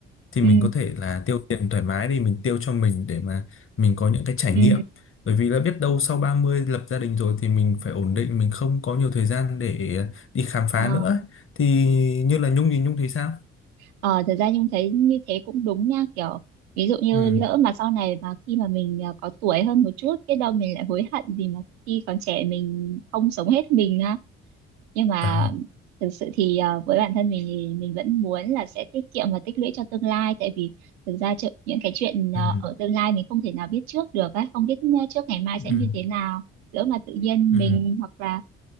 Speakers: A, on the left (about 45°); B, on the right (about 85°).
A: thì
B: ừ,
A: mình có thể là tiêu tiền thoải mái đi mình tiêu cho mình để mà mình có những cái trải
B: ừ,
A: nghiệm bởi vì là biết đâu sau 30 lập gia đình rồi thì mình phải ổn định mình không có nhiều thời gian để ờ, đi khám phá
B: Ờ.
A: nữa ấy. thì như là Nhung thì Nhung thấy sao
B: Ờ, thật ra Nhung thấy như thế cũng đúng nha kiểu ví dụ như
A: ừ
B: lỡ mà sau này mà khi mà mình ờ, có tuổi hơn một chút biết đâu mình lại hối hận vì mà khi còn trẻ mình không sống hết mình ha nhưng mà
A: ờ
B: thực sự thì ờ, với bản thân mình thì mình vẫn muốn là sẽ tiết kiệm và tích lũy cho tương lai tại vì thực ra chợ- những cái chuyện ờ,
A: ừ
B: ở tương lai mình không thể nào biết trước được á không biết trước ngày mai sẽ
A: ừ
B: như thế nào lỡ mà tự nhiên
A: ừ
B: mình hoặc là